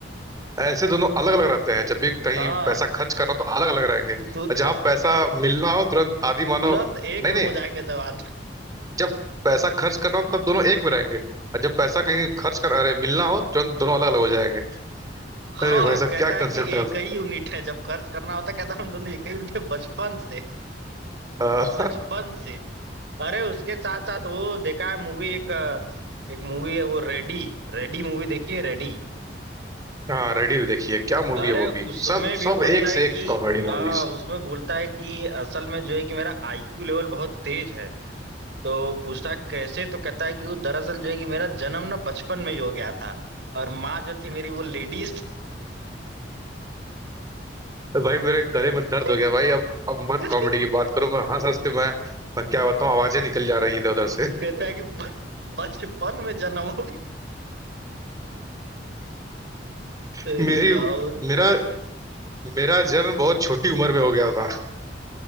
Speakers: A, on the right (about 20°); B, on the right (about 70°).
A: ऐसे दोनों अलग अलग रहते हैं जब भी कहीं
B: हाँ
A: पैसा खर्च करना तो अलग अलग रहेंगे
B: तु, तु,
A: और जहां पैसा मिलना हो तुरंत आदि मानव
B: तुरंत एक
A: नहीं
B: में
A: नहीं
B: हो जाएंगे सब आदमी
A: जब पैसा खर्च करना हो तब दोनों एक में रहेंगे और जब पैसा कहीं खर्च कर अरे मिलना हो तुरंत दोनों अलग अलग हो जाएंगे
B: हाँ
A: अरे भाई साहब
B: कहता
A: क्या
B: है
A: कंसेप्ट
B: कि एक
A: है
B: ही यूनिट है जब खर्च करना होता है, कहता है हम दोनों एक ही यूनिट है बचपन से
A: अ, <laughs>
B: बचपन से अरे उसके साथ साथ वो देखा है मूवी एक अ, एक मूवी है वो रेडी रेडी मूवी देखी है रेडी
A: हाँ रेडी देखिए क्या मूवी
B: अरे
A: है वो भी
B: उसमें
A: सब
B: भी
A: सब
B: बोलता
A: एक से
B: है कि
A: एक कॉमेडी मूवीज
B: आ, उसमें बोलता है कि असल में जो है कि मेरा आईक्यू लेवल बहुत तेज है तो पूछता है कैसे तो कहता है कि वो दरअसल जो है कि मेरा जन्म ना बचपन में ही हो गया था और माँ जो थी मेरी वो लेडीज
A: भाई मेरे गले में दर्द
B: थी।
A: हो गया भाई अब अब मत
B: कहता
A: कॉमेडी की बात करो मैं हंस हंस के मैं मैं क्या बताऊं आवाजें निकल जा रही हैं इधर उधर से
B: है कि ब- बचपन में जन्म हो गया
A: <laughs>
B: अरे
A: मेरी
B: वाह
A: मेरा मेरा जन्म बहुत छोटी उम्र में हो गया था